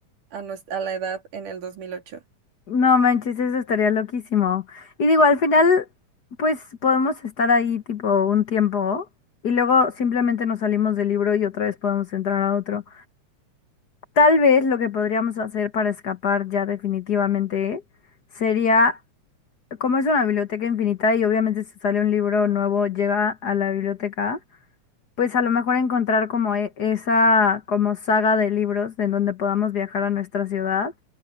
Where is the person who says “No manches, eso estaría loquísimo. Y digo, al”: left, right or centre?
Left